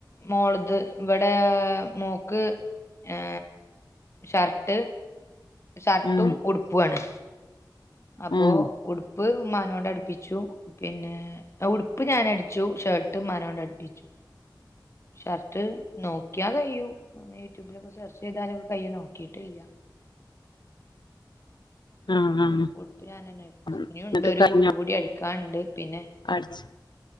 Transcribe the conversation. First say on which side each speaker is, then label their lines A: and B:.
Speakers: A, on the left; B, on the left.
A: മോളത് ഇവിടെ മോക്ക് ഏ ഷർട്ട് ഷർട്ടും
B: ആഹ്
A: ഉടുപ്പുവാണ് അപ്പൊ
B: ആഹ്
A: ഉടു ഉടുപ്പ് ഉമ്മാനോണ്ട് അടുപ്പിച്ചു പിന്നെ ഉടുപ്പ് ഞാൻ അടിച്ചു ഷർട്ട് ഉമ്മാനോണ്ട അടുപ്പിച്ചു ഷർട്ട് നോക്കിയാ കഴിയും യൂട്യൂബിലൊക്കെ സെർച്ച് ചെയ്താലൊക്കെ കഴിയും നോക്കിട്ടില്ല
B: ആഹ് ആഹ്.
A: ഉടുപ്പ് ഞാൻ തന്നെ അടിച്ചു
B: എന്നിട്ട്
A: ഇനി ഉണ്ട് ഒരു
B: കഴിഞ്ഞോ
A: കൂട്ടുംകൂടി അട കണ്ട്. പിന്നെ.
B: അടിച്ച്